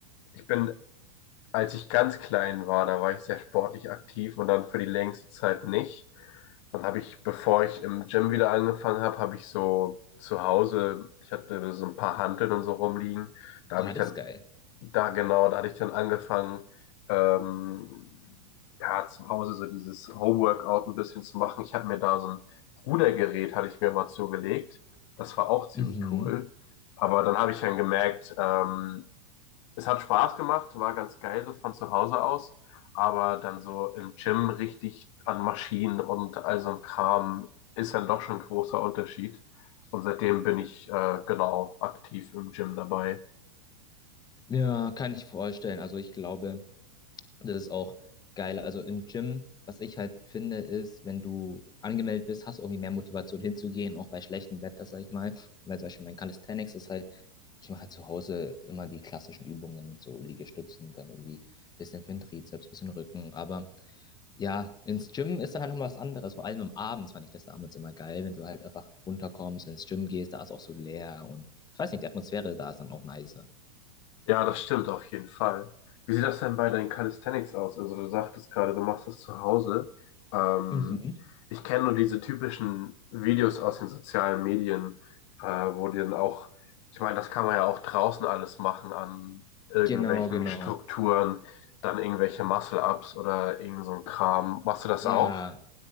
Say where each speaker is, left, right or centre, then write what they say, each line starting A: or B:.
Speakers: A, on the left; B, on the left.
A: ich bin Als ich ganz klein war, da war ich sehr sportlich aktiv und dann für die längste Zeit nicht. Dann habe ich, bevor ich im Gym wieder angefangen habe, habe ich so zu Hause, ich hatte so ein paar Hanteln und so rumliegen. Da
B: oh,
A: habe ich
B: das
A: dann,
B: ist geil.
A: da genau, da hatte ich dann angefangen, ähm, ja, zu Hause so dieses Homeworkout ein bisschen zu machen. Ich habe mir da so ein Rudergerät, hatte ich mir mal zugelegt. Das war auch ziemlich
B: Mhm.
A: cool. Aber dann habe ich dann gemerkt, ähm, es hat Spaß gemacht, war ganz geil so von zu Hause aus, aber dann so im Gym richtig an Maschinen und all so ein Kram ist dann doch schon ein großer Unterschied. Und seitdem bin ich äh, genau aktiv im Gym dabei.
B: Ja, kann ich vorstellen. Also ich glaube, das ist auch geil. Also im Gym, was ich halt finde, ist, wenn du angemeldet bist, hast du irgendwie mehr Motivation hinzugehen, auch bei schlechtem Wetter, sag ich mal. Weil zum Beispiel mein Calisthenics ist halt, ich mache halt zu Hause immer die klassischen Übungen, so Liegestützen, dann irgendwie ein bisschen für den Trizeps, bisschen Rücken. Aber ja, ins Gym ist dann halt nochmal was anderes. Vor allem am Abend fand ich das damals immer geil, wenn du halt einfach runterkommst, ins Gym gehst, da ist auch so leer und ich weiß nicht, die Atmosphäre da ist dann auch nicer.
A: Ja, das stimmt auf jeden Fall. Wie sieht das denn bei deinen Calisthenics aus? Also du sagtest gerade, du machst das zu Hause. Ähm,
B: Mhm.
A: ich kenne nur diese typischen Videos aus den sozialen Medien, äh, wo die dann auch, ich meine, das kann man ja auch draußen alles machen an irgendwelchen
B: Genau, genau.
A: Strukturen, dann irgendwelche Muscle-Ups oder irgend so ein Kram. Machst du das
B: Ja,
A: auch?